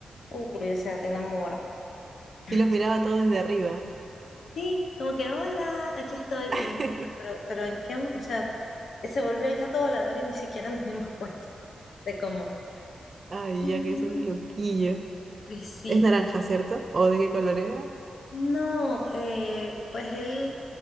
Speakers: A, on the left; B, on the right.
A: uy, o sea, te enamora. Sí,
B: Y los miraba todos desde arriba.
A: sí, como que, hola, aquí estoy, y
B: <laughs>
A: nosotros, pero, pero en qué, o sea, se volvió el gato volador y ni siquiera nos dimos cuenta de cómo.
B: Ay,
A: sí
B: ya que es un loquillo.
A: pues sí.
B: Es naranja, ¿cierto? ¿O de qué color era?
A: No, eh, pues él,